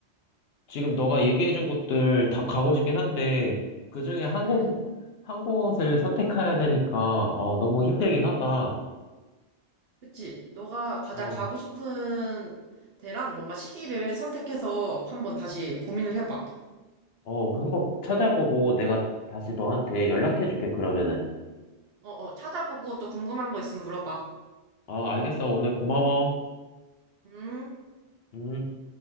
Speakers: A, on the left; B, on the right.
A: 지금 너가 얘기해준 곳들 다 가고 싶긴 한데, 그 중에 한
B: 음,
A: 곳, 한 곳을 선택해야 되니까, 어, 너무 힘들긴 하다.
B: 그치. 너가 가장
A: 어,
B: 가고 싶은 데랑 뭔가 시기를 선택해서 한번 다시 고민을 해봐.
A: 어, 그 한번 찾아보고 내가 다시 너한테 연락해줄게, 그러면은.
B: 어, 어, 찾아보고 또 궁금한 거 있으면 물어봐.
A: 어, 알겠어. 오늘 고마워.
B: 음.
A: 음.